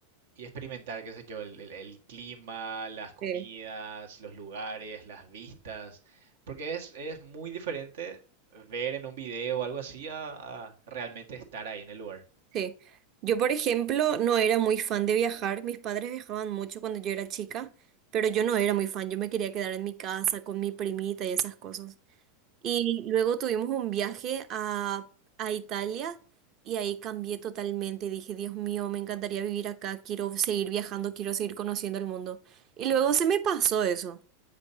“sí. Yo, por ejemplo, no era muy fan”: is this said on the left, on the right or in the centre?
Right